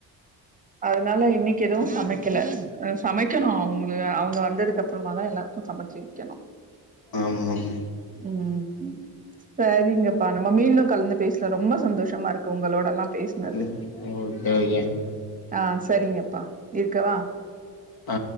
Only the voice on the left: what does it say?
ஆமாமா
<unintelligible> ஒரு பையன்
அ